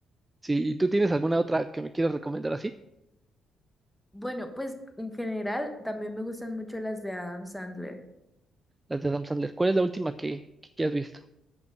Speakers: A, on the right (about 15°); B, in the centre.
A: sí, ¿y tú tienes alguna otra que me quieras recomendar así?
B: Bueno, pues en general también me gustan mucho las de Adam Sandler.
A: Las de Adam Sandler. ¿Cuál es la última que, que, que has visto?